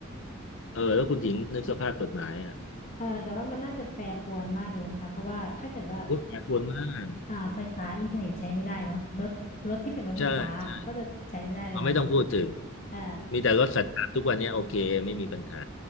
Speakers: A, on the left; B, on the left.
A: เออแล้วคุณหญิงนึกสภาพจดหมายอ่ะ
B: เออแต่ว่ามันน่าจะแปรปรวนมากเลยนะคะเพราะว่าถ้าเกิดว่า
A: วุฒิแปดปรวนมาก
B: อ่าไฟฟ้าอินเทอร์เน็ตใช้ไม่ได้เนาะรถรถที่เป็นรถไฟฟ้าก็จะใช้ไม่ได้เลยนะ
A: ใช่ใช่เราไม่ต้องพูดถึง
B: เออ
A: มีแต่รถสัตว์ทุกวันเนี้ยโอเค ไม่มีปัญหา